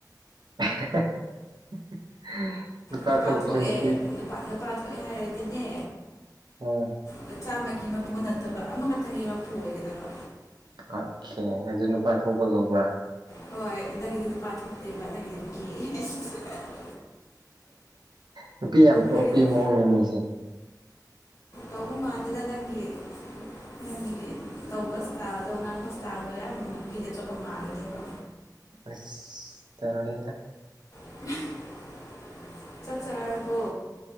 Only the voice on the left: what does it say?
ꯅꯨꯄꯥ
ꯊꯣꯛꯑꯦ
ꯅꯨꯄꯥ ꯊꯣꯛꯑꯦ ꯍꯥꯏꯔꯗꯤꯅꯦ
ꯃ ꯆꯆꯥꯝꯃꯒꯤ ꯃꯄꯨ ꯅꯠꯇꯕ ꯑꯃꯈꯛꯇꯪꯒꯤ ꯃꯄꯨ ꯑꯣꯏꯒꯗꯕ
ꯍꯣꯏ ꯅꯪꯒꯤꯗꯤ ꯅꯨꯄꯥ ꯊꯣꯛꯇꯦꯕ ꯅꯪꯒꯤꯗꯤ ꯀꯤꯌꯦ <unintelligible>
ꯐꯒꯤꯗ
ꯇꯧꯕ ꯃꯥꯟꯗꯨꯗ ꯅꯪꯒꯤ ꯅꯪꯒꯤ ꯇꯧꯕ ꯏꯁꯇꯥꯜꯗꯣ ꯉꯥꯡꯕ ꯏꯁꯇꯥꯜꯗꯣ ꯑꯌꯥꯝ ꯅꯨꯄꯤꯗ ꯑꯆꯣꯞꯄ ꯃꯥꯜꯂꯗꯦꯕ
<unintelligible> ꯆꯠ ꯆꯥꯔꯕꯣ